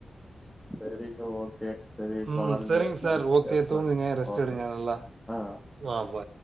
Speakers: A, in the centre; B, on the right (about 55°).
A: சரிங்க ஓகே சரி
B: ம்.
A: பாருங்க
B: சரிங்க சார்.
A: ஆ
B: ஓகே.
A: பேசலாங்க
B: தூங்குங்க.
A: <unintelligible>
B: ரெஸ்ட் எடுங்க நல்லா.
A: ஆ
B: ஆ பை.